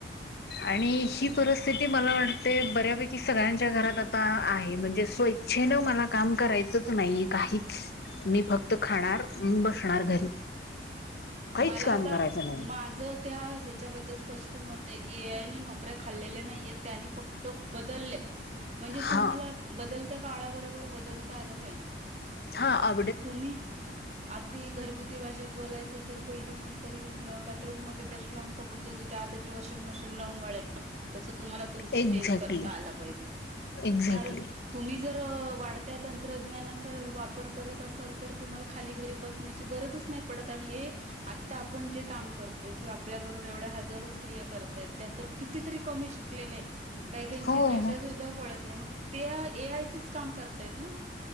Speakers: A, on the left; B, on the right.
A: आणि
B: तुमच
A: ही परिस्थिती मला वाटतय बऱ्यापैकी सगळ्यांच्या घरात आत ता आहे म्हणजे स्वच्छेनं मला काम करायचंच नाही काहीच मी फक्त
B: हम्म
A: खाणार बसणार घरी. काहीच
B: मला
A: काम
B: आता
A: करायचं नाही.
B: माझ त्या हच्याबद्दल स्पष्ट मत आहे की ए आय ने नोक कऱ्या खाल्लेल्या नाहीयेत त्याने फक्त बद्दल्यात म्हणजे
A: हा
B: तुम्हाला बदलता काळाबरोबर बदलता आलं पाहिजे.
A: हा अ
B: तुम्ही अगदी घरगु ती भाषेत बोलायचं तर पहिली मोलकरीन बाथरूम मध्ये ब्रश लावून कपडे धुवत होती आताची वॉशिंग मशी न लावून वाळत टाकते तस तुम्हाला तुमच्यात
A: एक्झॅक्टली
B: चेंज करता आला पाहिजे
A: एक्झॅक्टली.
B: त्यार तुम्ही जर वाढत्या तं त्रज्ञानाच वापर करत त असाल तर तुम्हाला खाली घरी बसण्याची गरजच नाही पडत आणि हे आता आपण जे काम करतोय किंवा आपल्या बरोबर एवढ्या हजारो स्त्रिया करताय त्या तर कितीतरी कमी शिकलेल्या एत. काही काहीची
A: हो
B: भाषा
A: हो
B: सुद्धा कळत नाही, मग ते ए आयचच काम करतायत ना